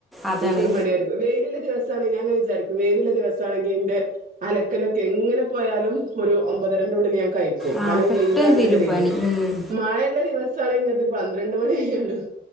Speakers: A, in the centre; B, on the right (about 40°).
A: അതാണ്
B: നമുക്കരു മടിയായിരിക്കും വെയില്ള്ള ദിവസാണെ ഞാങ്ങനെ വിചാരിക്കും വെയില്ള്ള ദിവസ് ദിവസാണെങ്കി ഇൻ്റെ അലക്കലൊക്കെ എങ്ങനെ പോയാലും ഒരു ഒമ്പതരൻ്റുള്ളില് ഞാൻ കഴിക്കും
A: ആ
B: കാരണം
A: പെട്ടെന്ന്
B: വെയിലാണ്ന്ന്ള്ള
A: തീരും
B: രീതീല്
A: പണി ഉം.
B: മഴള്ള ദിവസാണെങ്കി അത് പന്ത്രണ്ട് മണി ആയാലും